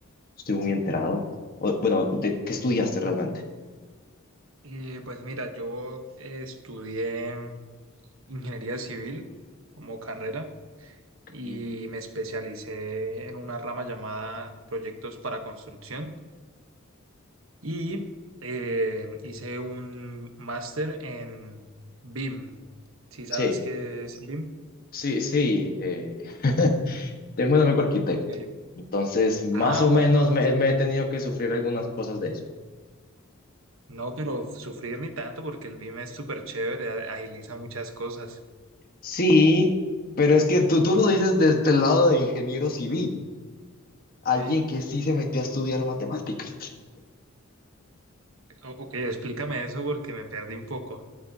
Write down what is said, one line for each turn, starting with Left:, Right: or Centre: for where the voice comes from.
Left: estoy muy enterado. O, bueno, ¿de qué estudiaste realmente?
Right: Eh, pues mira, yo eh, estudié ingeniería civil como carrera y
Left: Sí,
Right: me especialicé en una rama llamada proyectos para construcción y eh, hice un máster en BIM. ¿Sí sabes
Left: sí,
Right: qué es BIM?
Left: sí. sí, eh, <laughs> tengo un amigo arquitecto,
Right: Ok.
Left: entonces más
Right: Ah,
Left: o
Right: bueno,
Left: menos me,
Right: tú-
Left: me he tenido que sufrir algunas cosas de eso.
Right: no, pero sufrir ni tanto porque el BIM es súper chévere, a- agiliza muchas cosas.
Left: Sí, pero es que tú, tú lo dices desde el lado de ingeniero civil, alguien
Right: Ey,
Left: que sí se metió a estudiar matemáticas.
Right: o- ok, explícame eso porque me perdí un poco.